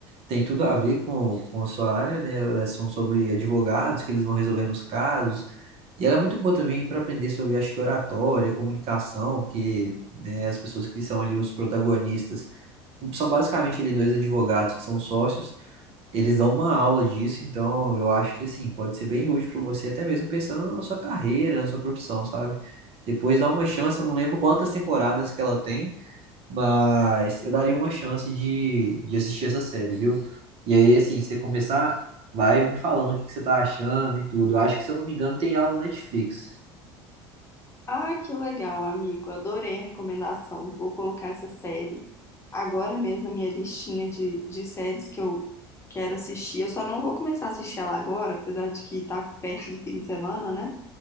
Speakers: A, on the right; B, on the left.
A: tem tudo a ver com, com a sua área, né? Elas são sobre advogados, que eles vão resolvendo os casos. E ela é muito boa também para aprender sobre, acho que, oratória, comunicação, porque né, as pessoas que são ali os protagonistas são basicamente ali dois advogados que são sócios. Eles dão uma aula disso, então eu acho que, assim, pode ser bem útil para você, até mesmo pensando na sua carreira, na sua profissão, sabe? Depois dá uma chance, eu não lembro quantas temporadas que ela tem, mas eu daria uma chance de, de assistir essa série, viu? E aí, assim, você começar, vai me falando o que que você tá achando e tudo. Eu acho que, se eu não me engano, tem aula no Netflix.
B: Ah, que legal, amigo, adorei a recomendação. Vou colocar essa série agora mesmo na minha listinha de, de séries que eu quero assistir. Eu só não vou começar a assistir ela agora, apesar de que tá perto do fim de semana, né?